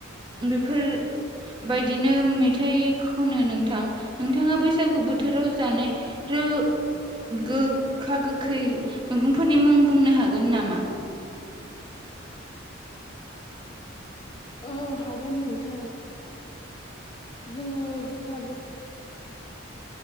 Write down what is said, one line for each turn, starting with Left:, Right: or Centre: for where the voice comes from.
Right: बेफोरबायदिनो मेथाइ खनो नोंथां नोंथांङा बैसागु बोथोराव जानाय ओ गोखा गोखै मैगंफोरनि मुं बुंनो हागोन नामा?
Left: औ हागोन नोंथां। जोंङो गोखा गो